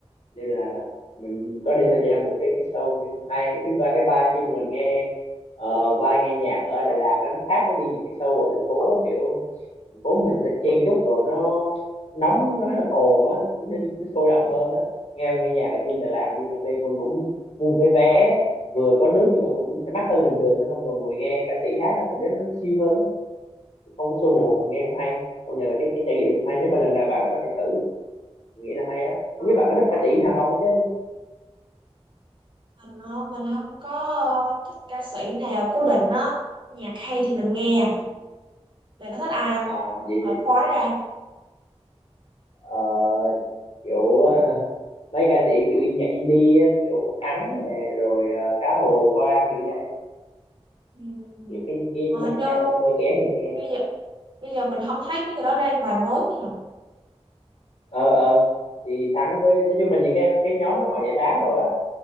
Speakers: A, on the left; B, on the right.
A: nên là, là mình có đi tham gia một cái cái show mình thấy cũng hay thứ ba cái ba khi mà mình nghe ờ, vai nghe nhạc ở Đà Lạt đó, nó khác với đi những cái show ở thành phố kiểu phố mình thì nó chen chúc rồi nó nóng nó <laughs> ồn á nó, nó sôi động hơn á nghe nghe nhạc ở trên Đà Lạt đi cà phê mình cũng mua một cái vé vừa có nước nhưng mà cũng sẽ mắc hơn bình thường á xong rồi ngồi nghe ca sĩ hát á cảm giác nó chill hơn á không có xô bồ nghe cũng hay công nhận là cái cái trải nghiệm đó cũng hay nếu mà lần nào bạn có thể thử mình nghĩ là hay á không
B: Ờ,
A: biết bạn có thích ca sĩ nào không hết chứ
B: mình ờ, mình không có ờ, thích ca sĩ nào cố định á nhạc hay thì mình nghe
A: ừ.
B: bạn có thích ai không
A: à vậy
B: loại khói ra
A: ờ, kiểu <laughs> mấy ca sĩ kiểu nhạc indie á, kiểu Thắng nè rồi ờ, Cá Hồi Hoang kiểu vậy
B: ừ.
A: kiểu cái cái
B: mà hình
A: loại
B: như
A: nhạc nó cũng hơi kén người nghe
B: bây giờ bây giờ mình không thấy mấy người đó ra vài mối nữa
A: ờ ờ thì thắng với nói chung là những cái cái nhóm đó họ giải tán rồi á